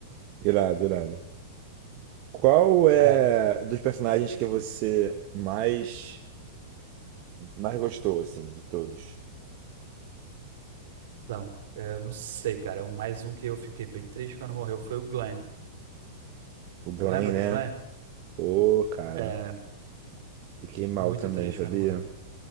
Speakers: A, on the right; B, on the right.
A: Irado, irado. Qual é
B: É,
A: dos personagens que você mais, mais gostou, assim, de todos?
B: então, eu não sei, cara. Um- Mais um que eu fiquei bem triste quando morreu foi o Glenn.
A: O Glenn,
B: Tu lembra
A: né?
B: do Glenn?
A: Ô, cara,
B: É,
A: fiquei mal
B: muito
A: também,
B: triste
A: sabia?
B: quando morreu.